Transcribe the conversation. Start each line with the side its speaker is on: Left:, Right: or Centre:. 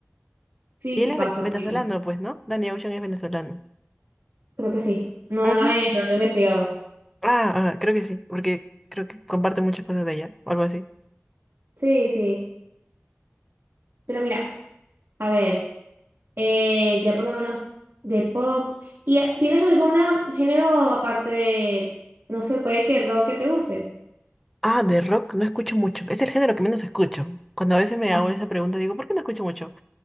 Right: Sí,
Centre: Y
Right: sí
Centre: él es
Right: pasa,
Centre: ve- venezolano,
Right: horrible.
Centre: pues, ¿no? Danny Ocean es venezolano.
Right: Creo que sí. No
Centre: Ujú.
Right: lo he, no lo he investigado.
Centre: Ah, ah, creo que sí, porque creo que comparte muchas cosas de allá, o algo así.
Right: Sí, sí. Pero mira, a ver. eh, ya por lo menos de pop. ¿Y eh, tienes algún género aparte de, no sé, puede que rock que te guste?
Centre: Ah, de rock no escucho mucho. Es el género que menos escucho. Cuando a veces me
Right: Ah,
Centre: hago esa pregunta, digo, ¿por qué no escucho mucho?